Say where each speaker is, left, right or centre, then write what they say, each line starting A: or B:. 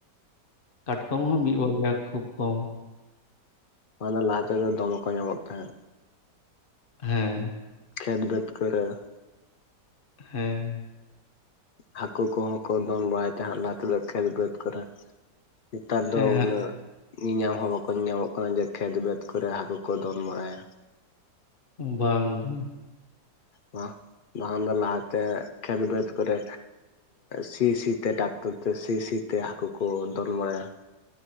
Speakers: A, on the left (about 35°); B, on the left (about 70°).
A: ᱠᱟᱴᱠᱚᱢ ᱦᱚᱸ ᱢᱤᱫ ᱵᱟᱨᱭᱟ ᱠᱷᱩᱵ ᱠᱚᱢ ᱾
B: ᱚᱱᱟ ᱞᱟᱦᱟ ᱛᱮᱫᱚ ᱫᱚᱢᱮ ᱠᱚ ᱧᱟᱢᱚᱜ ᱛᱟᱦᱮᱸᱫ ᱾
A: ᱦᱮᱸ ᱾
B: ᱠᱷᱮᱛ ᱵᱟᱹᱛ ᱠᱚᱨᱮ ᱾
A: ᱦᱮᱸ ᱾
B: ᱦᱟᱹᱠᱩ ᱠᱚᱦᱚᱸ ᱠᱚ ᱫᱚᱱ ᱵᱟᱲᱟᱭ ᱛᱟᱦᱮᱸᱫ ᱞᱟᱦᱟ ᱛᱮᱫᱚ ᱠᱷᱮᱛ ᱵᱟᱹᱫᱽ ᱠᱚᱨᱮ ᱾ ᱱᱮᱛᱟᱨ
A: ᱦᱮᱸ
B: ᱫᱚ ᱩᱱᱟᱹᱜᱼᱼ ᱧᱮᱧᱟᱢ ᱦᱚᱸ ᱵᱟᱠᱚ ᱧᱮᱞ ᱧᱟᱢᱚᱜ ᱠᱟᱱᱟ ᱡᱮ ᱠᱷᱮᱛ ᱵᱟᱹᱫᱽ ᱠᱚᱨᱮ ᱦᱟᱹᱠᱩ ᱠᱚ ᱫᱚᱱ ᱵᱟᱲᱟᱭᱟ ᱾
A: ᱵᱟᱝ ᱵᱟᱝ ᱾
B: ᱵᱟ ᱵᱟᱠᱷᱟᱱ ᱫᱚ ᱞᱟᱦᱟᱛᱮ ᱠᱷᱮᱛ ᱵᱟᱹᱫᱽ ᱠᱚᱨᱮᱼᱼ ᱥᱤ ᱥᱤᱛᱮ ᱴᱟᱠᱴᱚᱨ ᱛᱮ ᱥᱤ ᱥᱤᱛᱮ ᱦᱟᱹᱠᱩ ᱠᱚ ᱫᱚᱱ ᱵᱟᱲᱟᱭᱟ ᱾